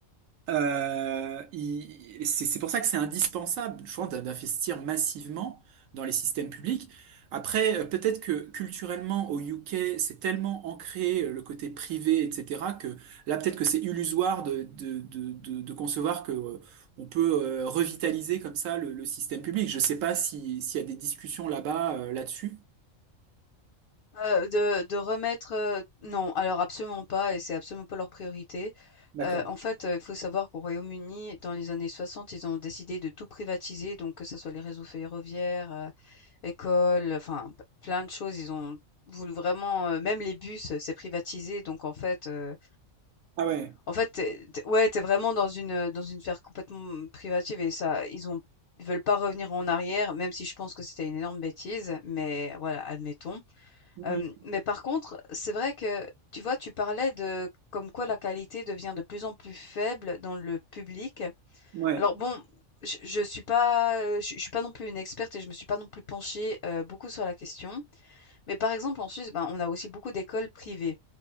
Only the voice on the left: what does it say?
Heu, de de remettre, heu non, alors absolument pas et c'est absolument pas leur priorité.
Heu, en fait, heu, il faut savoir qu'au Royaume-Uni, dans les années 60, ils ont décidé de tout privatiser, donc que ce soit les réseaux ferroviaires, heu, écoles, enfin p plein de choses. Ils ont voulu vraiment, heu même les bus, heu, c'est privatisé donc en fait, heu
en fait, tu es ouais, t'es vraiment dans une, heu, dans une sphère complètement privative et ça ils ont ils veulent pas revenir en arrière, même si je pense que c'était une énorme bêtise, mais voilà, admettons.
Hem, mais par contre, c'est vrai que, tu vois, tu parlais de comme quoi la qualité devient de plus en plus faible dans le public.
Alors bon, je je suis pas, heu, je je suis pas non plus une experte et je me suis pas non plus penchée, heu, beaucoup sur la question. Mais par exemple, en Suisse, ben, on a aussi beaucoup d'écoles privées